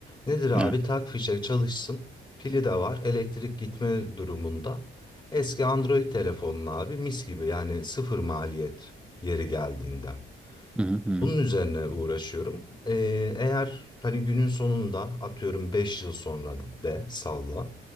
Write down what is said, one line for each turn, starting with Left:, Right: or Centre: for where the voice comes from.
Left: Nedir abi
Centre: Evet.
Left: tak fişe çalışsın pili de var elektrik gitme durumunda. Eski Android telefonun abi mis gibi yani sıfır maliyet yeri geldiğinde.
Centre: Hı hı hı.
Left: Bunun üzerine uğraşıyorum. Ee, eğer hani günün sonunda atıyorum 5 yıl sonra de salla.